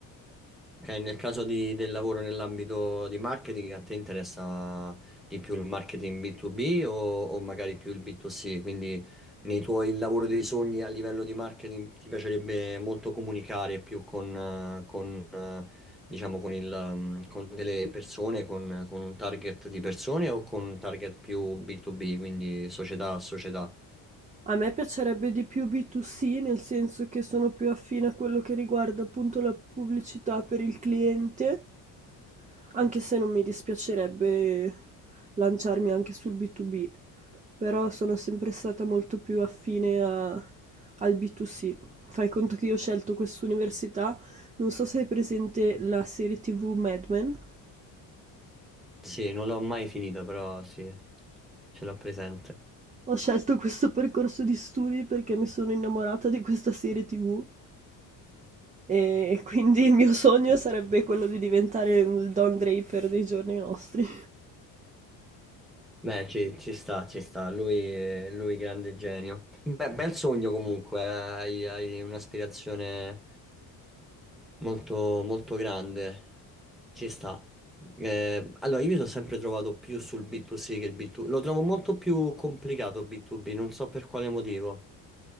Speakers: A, in the centre; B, on the right.
A: Ok, nel caso di- del lavoro nell'ambito di marketing, a te interessa di più il marketing B2B o, o magari più il B2C? Quindi nei tuoi lavori dei sogni a livello di marketing ti piacerebbe molto comunicare più con, eh, con, eh, diciamo, con il, ehm, con delle persone, con, con un target di persone o con un target più B2B, quindi società a società?
B: A me piacerebbe di più B2C, nel senso che sono più affine a quello che riguarda appunto la pubblicità per il cliente, anche se non mi dispiacerebbe lanciarmi anche sul B2B, però sono sempre stata molto più affine a- al B2C. Fai conto che io ho scelto quest'università, non so se hai presente la serie TV Mad Men.
A: Sì, non l'ho mai finita, però sì, ce l'ho presente.
B: Ho scelto questo percorso di studi perché mi sono innamorata di questa serie TV E quindi il mio sogno sarebbe quello di diventare il Don Draper dei giorni nostri.
A: Beh, ci, ci sta, ci sta. Lui è, lui grande genio. Beh, bel sogno comunque, eh, hai, hai un'aspirazione molto, molto grande. Ci sta. Eh, allora, io mi sono sempre trovato più sul B2C che il B2B. Lo trovo molto più complicato B2B, non so per quale motivo.